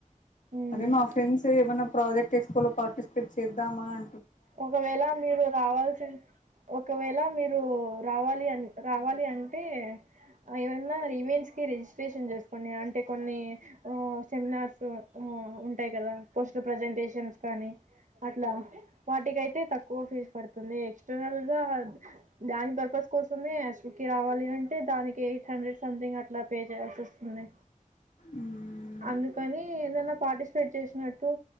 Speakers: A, on the right (about 65°); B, on the left (about 65°).
A: ఉమ్
B: అదే మా ఫ్రెండ్స్ ఏమైనా ప్రాజెక్ట్ షో లో పార్టిసిపేట్ చేద్దామా అ
A: ఒకవేళ మీరు రావాల్సిిన్ ఒకవేళ మీరు రావాలి అని రావాలి అంటే ఏమన్నా ఈవెంట్స్ కి రిజిస్ట్రేషన్ చేసుకోండి అంటే కొన్ని ఓ సెమినార్స్ ఆ ఉంటాయి కదా ఫస్ట్ ప్రజెంటేషన్స్ కానీ అట్లా వాటికి అయితే తక్కువ ఫీజు పడుతుంది ఎక్స్టర్నల్ గా దాని పర్పస్ కోసమే సుకి రావాలి అంటే దానికి ఎయిట్ హండ్రెడ్ సంథింగ్ ఇట్లా పే చేయాల్సి వస్తుంది
B: మ్మ్
A: అందు కాని ఏదన్నా పార్టిసిపేట్ చేసినట్టు